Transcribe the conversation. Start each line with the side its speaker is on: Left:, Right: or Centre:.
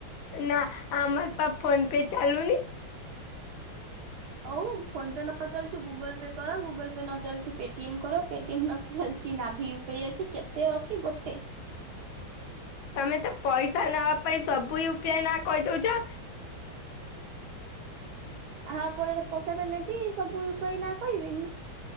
Left: ନା ଆମର ପା ଫୋନ ପେ ଚାଲୁନି।
Right: ହଉ ଫୋନ ପେ ନଚାଲିଛି ଗୁଗୁଲ ପେ କର ଗୁଗୁଲ ପେ ନ ଚାଲିଛି ପେଟିଏମ କର ପେଟିଏମ୍ ନ ଚାଲିଛି ନାଭିଉ କେୟ ଅଛି କେତେ ଅଛି ଗୋଟେ
Left: ତମେ ତ ପଇସା ନବା ପାଇଁ ସବୁ ୟୁ ପି ଆଇ ନା କହିଦଉଛ।
Right: ଆ ପରେ ପଇସା ଟା ନେବି ସବୁ ୟୁ ପି ଆଇ ନା କହିବେନି।